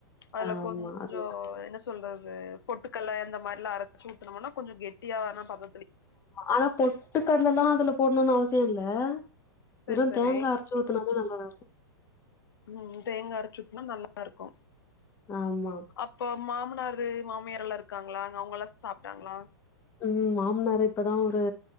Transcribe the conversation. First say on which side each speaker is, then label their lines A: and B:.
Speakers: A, on the left; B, on the left.
A: அதுல
B: ஆமா
A: கொஞ்ச
B: அது
A: என்ன சொ ல்றது பொட்டுக்கல்ல இந்த மாரில்லா அரைச்சு ஊத்தனும்னா கொஞ்ச கெட்டியா வேணா பத
B: ஆனா பொட்டு கடல எல்லா அதுல போடணுனு அவசிய இல்ல
A: சரி
B: வெறு
A: சரி
B: தேங்கா அரச்சு ஊத்துனாலே நல்லதா இருக்கு
A: ம் தேங்கா அரச்சி ஊத்தினா நல்லா இருக்கு
B: ஆமா
A: அப்ப மாமனாரு மாமியார் எல்லா இருக்காங்களா அங்க அவங்க எல்லா சாப்டாங்களா
B: ம் மாமனாரு இப்பதா ஒரு